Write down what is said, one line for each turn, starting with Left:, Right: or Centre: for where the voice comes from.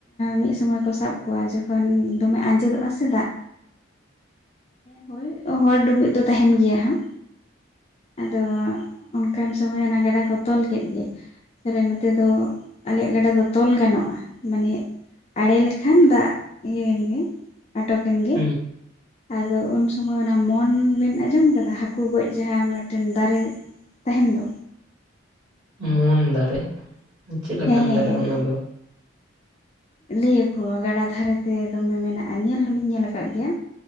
Left: ᱢᱤᱫ ᱥᱩᱢᱟᱹᱭ ᱠᱚ ᱥᱟᱵ ᱠᱚᱣᱟ ᱡᱚᱠᱷᱚᱱ ᱫᱚᱢᱮ ᱟᱸᱡᱮᱫᱚᱜᱼᱟ ᱥᱮ ᱫᱟᱜ ᱦᱳᱭ ᱦᱚᱲ ᱰᱩᱵᱩᱡ ᱫᱚ ᱛᱟᱦᱮᱱ ᱜᱮᱭᱟ ᱦᱟᱸᱜ ᱟᱫᱚ ᱚᱱᱠᱟᱱ ᱥᱚᱢᱚᱭ ᱚᱱᱟ ᱜᱟᱰᱟ ᱠᱚ ᱛᱚᱞ ᱠᱮᱫ ᱜᱮ ᱛᱟᱦᱚᱞᱮ ᱱᱚᱛᱮ ᱫᱚ ᱟᱞᱮᱭᱟᱜ ᱜᱟᱰᱟ ᱫᱚ ᱛᱚᱞ ᱜᱟᱱᱚᱜᱼᱟ ᱢᱟᱱᱮ ᱟᱲᱮ ᱞᱮᱠᱷᱟᱱ ᱫᱟᱜ ᱤᱭᱟᱹᱭᱮᱱ ᱜᱮ ᱟᱴᱚᱠ ᱮᱱ ᱜᱮ
Right: ᱦᱩᱸ
Left: ᱟᱫᱚ ᱩᱱ ᱥᱚᱢᱚᱭ ᱚᱱᱟ ᱢᱚᱱ ᱵᱮᱱ ᱟᱸᱡᱚᱢ ᱟᱠᱟᱫᱟ ᱦᱟᱹᱠᱩ ᱜᱚᱡ ᱡᱟᱦᱟᱸ ᱢᱤᱫᱴᱮᱱ ᱫᱟᱨᱮ ᱛᱟᱦᱮᱱ ᱫᱚ
Right: ᱢᱚᱱ ᱫᱟᱨᱮ ᱪᱮᱫ ᱞᱮᱠᱟᱱ
Left: ᱦᱮᱸ
Right: ᱫᱟᱨᱮ ᱚᱱᱟᱫᱚ
Left: ᱞᱟᱹᱭᱟᱠᱚ ᱜᱟᱰᱟ ᱫᱷᱟᱨᱮᱛᱮ ᱫᱚᱢᱮ ᱢᱮᱱᱟᱜᱼᱟ ᱧᱮᱞ ᱦᱚᱞᱤᱧ ᱧᱮᱞ ᱟᱠᱟᱫ ᱜᱮᱭᱟ